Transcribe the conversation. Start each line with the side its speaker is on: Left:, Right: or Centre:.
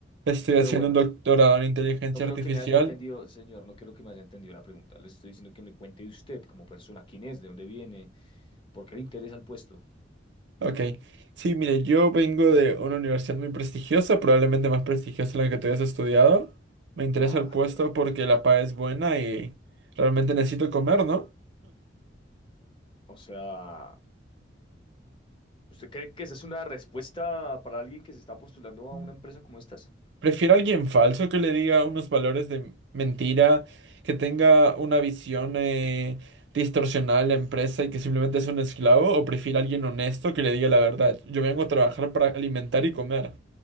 Right: Estoy
Left: Pero
Right: haciendo
Left: bueno,
Right: un doctorado en inteligencia
Left: no creo
Right: artificial.
Left: que me haya entendido, señor, no creo que me haya entendido la pregunta. Le estoy diciendo que me cuente de usted como persona, quién es, de dónde viene, por qué le interesa el puesto.
Right: Ok, sí, mire, yo vengo de una universidad muy prestigiosa, probablemente más prestigiosa en la que tú hayas estudiado. Me interesa
Left: Ah,
Right: el puesto
Left: pero,
Right: porque la paga es buena y realmente necesito comer, ¿no?
Left: o sea... ¿Usted cree que esa es una respuesta para alguien que se está postulando a
Right: <laughs>
Left: una empresa como estas?
Right: Prefiero a alguien falso que le diga unos valores de mentira, que tenga una visión eh, distorsionada de la empresa y que simplemente es un esclavo, o prefiero a alguien honesto que le diga la verdad. Yo vengo a trabajar para alimentar y comer.